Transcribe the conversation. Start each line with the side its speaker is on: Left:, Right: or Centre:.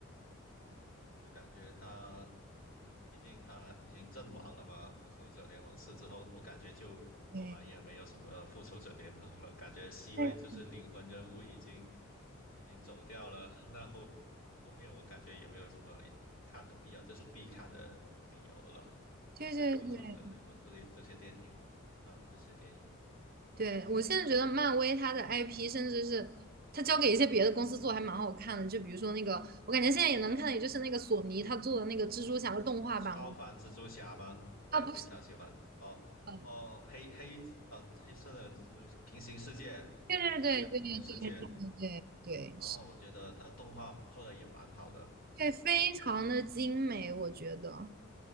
Left: 嗯，就感觉他，嗯，毕竟他已经阵亡了嘛，《复仇者联盟四》之后，我感觉就后来也没有什么《复仇者联盟》了，
Right: 对，
Left: 感觉 C 位就是灵魂人物已经
Right: 对
Left: 已经走掉了，<laughs> 那后后面我感觉也没有什么看的必要，就是必看的理由了。
Right: 对对对，
Left: 对《复仇者联盟》这些这些电影，漫威这些电影，
Right: 对，我现在觉得漫威它的 IP，甚至是它交给一些别的公司做，还蛮好看的。就比如说那个，我感觉现在也能看的，也就是那个索尼他做的那个蜘蛛侠的动画版，
Left: 超凡蜘蛛侠吗？
Right: 我
Left: 我也非常喜欢。
Right: 啊不是，
Left: 哦哦，
Right: 呃，
Left: 黑黑呃黑色的蜘蛛侠平行世界
Right: 对对对对对
Left: 平行世界》哦，
Right: 对对对对，
Left: 然后我觉得它动画做的也蛮好的，
Right: 是对，非常的精美，我觉得。